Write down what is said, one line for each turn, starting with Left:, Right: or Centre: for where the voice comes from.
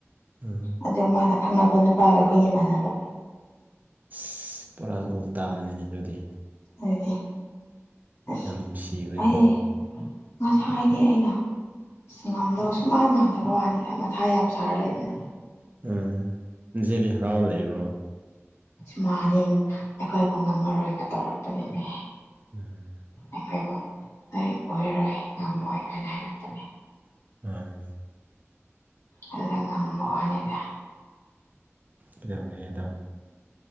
Right: ꯎꯝ
Left: ꯑꯗꫭ ꯃꯥꯅ ꯈꯪꯅꯕ ꯅꯨꯄꯥꯒ ꯑꯩꯈꯣꯏ ꯏꯃꯥꯟꯅꯕ
Right: ꯑꯁ ꯄꯨꯔꯥ ꯎꯜꯇꯥꯅꯤꯅꯦ ꯑꯗꯨꯗꯤ
Left: ꯑꯗꯨꯗꯤ ꯑꯁ
Right: ꯌꯥꯝ ꯅꯨꯡꯁꯤꯈ꯭ꯔꯦꯀꯣ
Left: ꯑꯩ ꯉꯁꯥꯏꯗꯤ ꯑꯩꯅ ꯉꯝꯗꯧꯕ ꯁꯨ ꯃꯥꯟ ꯃꯥꯟꯗꯕ ꯋꯥꯅꯤꯗ ꯃꯊꯥ ꯌꯥꯝ ꯁꯥꯔ ꯂꯩꯕꯅꯤ
Right: ꯎꯝ ꯏꯟꯖꯦꯗꯤ ꯍꯔꯥꯎ ꯂꯩꯔꯣ
Left: ꯁꯨꯃꯗꯤꯡ ꯑꯩꯈꯣꯏꯕꯨ ꯉꯝꯃꯔꯣꯏꯒ ꯇꯧꯔꯛꯛꯇꯅꯤꯅꯦ
Right: ꯎꯝ
Left: ꯑꯩꯈꯣꯏꯕꯨ ꯅꯣꯏ ꯑꯣꯏꯔꯔꯣꯏ ꯉꯝꯃꯣꯏ ꯍꯥꯏꯅ ꯍꯥꯏꯔꯛꯄꯅꯤ
Right: ꯑꯥ
Left: ꯑꯗꯨꯗ ꯉꯝꯕ ꯋꯥꯅꯤꯗ
Right: ꯀꯩꯗꯧꯔꯦ ꯑꯗꯣ